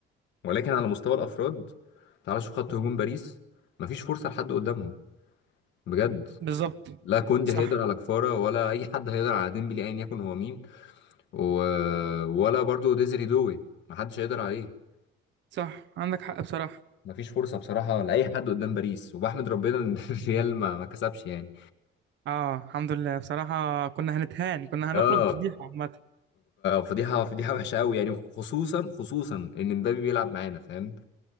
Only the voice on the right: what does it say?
بالظبط
صح
صح عندك حق بصراحة
اه الحمد لله بصراحة كنا هنتهان كنا هنخرج
بفضيحة عامة